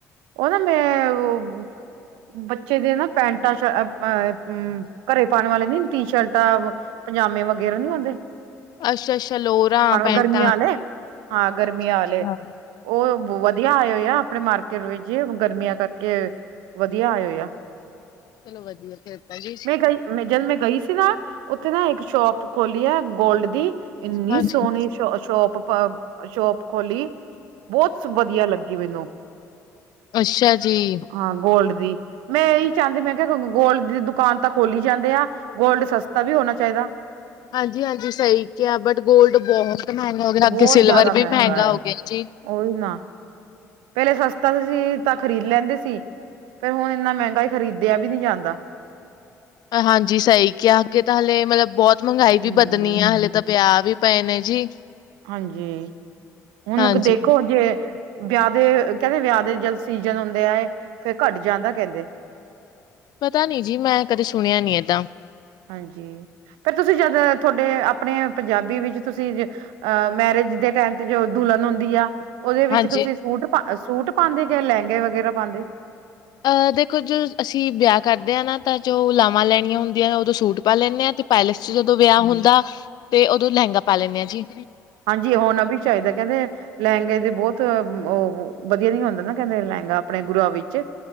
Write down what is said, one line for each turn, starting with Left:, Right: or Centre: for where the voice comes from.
Right: ਉਹਨਾਂ ਮੈਂ ਉਹ ਬੱਚੇ ਦੇ ਨਾ ਪੈਂਟਾਂ ਅਹ ਘਰੇ ਪਾਉਣ ਵਾਲੇ ਨੇ ਟੀ ਸ਼ਰਟਾਂ ਪਜਾਮੇ ਵਗੈਰਾ ਨੀ ਆਉਂਦੇ।
Left: ਅੱਛਾ-ਅੱਛਾ ਲੋਰਾਂ, ਪੈਂਟਾਂ
Right: ਗਰਮੀਆਂ ਆਲੇ ਹਾਂ ਗਰਮੀਆਂ
Left: ਅੱਛਾ-ਅੱਛਾ
Right: ਵਾਲੇ, ਉਹ ਵਧੀਆ ਆਏ ਹੋਏ ਆ ਆਪਣੇ ਮਾਰਕੀਟ ਵਿੱਚ ਗਰਮੀਆਂ ਕਰਕੇ ਵਧੀਆ ਆਏ ਹੋਏ ਆ।
Left: ਚਲੋ ਵਧੀਆ ਫੇਰ ਤਾਂ ਜੀ।
Right: ਮੈਂ ਗਈ ਮੈਂ ਜਦ ਮੈਂ ਗਈ ਸੀ ਨਾ ਉੱਥੇ ਨਾ ਇੱਕ ਸ਼ੋਪ ਖੋਲੀ ਹੈ ਗੋਲਡ ਦੀ। ਇੰਨੀ
Left: ਹਾਂਜੀ-ਹਾਂਜੀ
Right: ਸੋਹਣੀ ਸ਼ੋ ਸ਼ੋਪ ਸ਼ੋਪ ਖੋਲੀ। ਬਹੁਤ ਵਧੀਆ ਲੱਗੀ ਮੈਨੂੰ।
Left: ਅੱਛਾ ਜੀ।
Right: ਹਾਂ ਗੋਲਡ ਮੈਂ ਇਹੀ ਚਾਹੁੰਦੀ ਮੈਂ ਕਿਹਾ ਗੋਲਡ ਦੀ ਦੁਕਾਨ ਤਾਂ ਖੋਲੀ ਜਾਂਦੇ ਆ ਗੋਲਡ ਸਸਤਾ ਵੀ ਹੋਣਾ ਚਾਹੀਦਾ।
Left: ਹਾਂਜੀ-ਹਾਂਜੀ ਸਹੀ ਕਿਹਾ ਬਟ ਗੋਲਡ ਬ ਬਹੁਤ ਮਹਿੰਗਾ ਹੋ ਗਿਆ
Right: ਬਹੁਤ
Left: ਅੱਗੇ ਸਿਲਵਰ
Right: ਜ਼ਿਆਦਾ
Left: ਵੀ ਮਹਿੰਗਾ
Right: ਹੈ
Left: ਹੋ ਗਿਆ ਜੀ।
Right: ਉਹੀ ਨਾ ਪਹਿਲੇ ਸਸਤਾ ਸੀ ਤਾਂ ਖ਼ਰੀਦ ਲੈਂਦੇ ਸੀ। ਫਿਰ ਹੁਣ ਇੰਨਾ ਮਹਿੰਗਾਾ ਏ ਖਰੀਦਿਆ ਵੀ ਨਹੀਂ ਜਾਂਦਾ।
Left: ਹਾਂਜੀ ਸਹੀ ਕਿਹਾ ਅੱਗੇ ਤਾਂ ਹਲੇ ਮਤਲਬ ਬਹੁਤ ਮਹਿੰਗਾਈ
Right: ਹਮ
Left: ਵੀ ਵੱਧਣੀ ਆ ਹਲੇ ਤਾਂ ਪਿਆ ਵੀ ਪਏ ਨੇ ਜੀ।
Right: ਹਾਂਜੀ, ਹੁਣ
Left: ਹਾਂਜੀ
Right: ਦੇਖੋ ਜੇ ਵਿਆਹ ਦੇ ਕਹਿੰਦੇ ਵਿਆਹ ਦੇ ਜਦ ਸੀਜਨ ਹੁੰਦੇ ਆ ਫਿਰ ਘੱਟ ਜਾਂਦਾ ਕਹਿੰਦੇ।
Left: ਪਤਾ ਨੀ ਜੀ ਮੈਂ ਕਦੇ ਸੁਣਿਆ ਨੀ ਏਦਾਂ।
Right: ਹਾਂਜੀ ਫਿਰ ਤੁਸੀਂ ਜਦ ਤੁਹਾਡੇ ਆਪਣੇ ਪੰਜਾਬੀ ਵਿੱਚ ਤੁਸੀਂ ਅ ਮੈਰਿਜ ਦੇ ਟਾਈਮ ਤੇ ਜੋ ਦੁਲਹਨ ਹੁੰਦੀ ਆ ਉਹਦੇ ਵਿੱਚ
Left: ਹਾਂਜੀ
Right: ਤੁਸੀਂ ਸੂਟ ਸੂਟ ਪਾਂਦੇ ਦੇ ਕਿ ਲਹਿੰਗੇ ਵਗੈਰਾ ਪਾਂਦੇ?
Left: ਅਹ ਦੇਖੋ ਜੋ ਅਸੀਂ ਵਿਆਹ ਕਰਦੇ ਹਾਂ ਨਾ ਤਾਂ ਜੋ ਲਾਵਾਂ ਲੈਣੀਆਂ ਹੁੰਦੀਆਂ ਉਦੋਂ ਸੂਟ ਪਾ ਲੈਂਦੇ ਆ ਤੇ ਪੈਲਸ ਚ ਜਦੋਂ ਵਿਆਹ ਹੁੰਦਾ। ਤੇ ਉਦੋਂ ਲਹਿੰਗਾ ਪਾ ਲੈਂਦੇ ਆ ਜੀ।
Right: ਹਾਂਜੀ ਹੋਣਾ ਵੀ ਚਾਹੀਦਾ ਕਹਿੰਦੇ ਲਹਿੰਗੇ ਦੇ ਬਹੁਤ ਉਹ। ਵਧੀਆ ਨ ਹੁੰਦਾ ਨਾ ਕਹਿੰਦੇ ਲਹਿੰਗਾ ਆਪਣੇ ਗੁਰੂਆਂ ਵਿੱਚ।